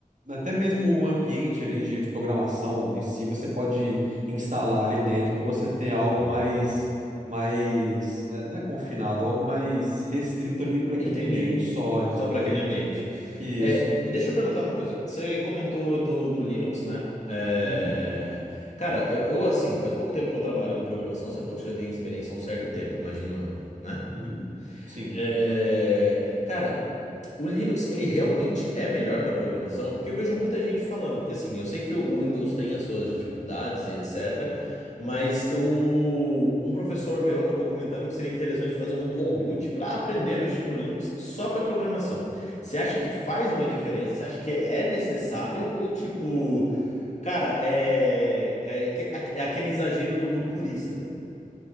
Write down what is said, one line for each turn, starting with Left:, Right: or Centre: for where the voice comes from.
Right: Até mesmo o ambiente ali de, de programação em si, você pode instalar ali dentro para você ter algo
Left: hum.
Right: mais, mais, é, não é confinado, algo mais restrito ali para aquele
Left: Entendi.
Right: ambiente só, entendeu?
Left: Só para aquele ambiente.
Right: Isso.
Left: É, deixa eu perguntar uma coisa. Você comentou do, do Linux, né? É,
Right: Uhum,
Left: Cara, eu, eu, assim, faz pouco tempo que eu trabalho com programação. Você falou que você já tem experiência há um certo tempo, imagino eu, né?
Right: uhum. Sim.
Left: É, Cara, o Linux, ele realmente é melhor para programação? Porque eu vejo muita gente falando, porque assim, eu sei que o o Windows tem as suas dificuldades e etc, mas eu, um professor meu acabou comentando que seria interessante fazer um dual boot para aprender a mexer no Linux só para programação. Você acha que faz uma diferença? Você acha que é necessário ou tipo, cara, é é, aque- é aquele exagero do, do purista?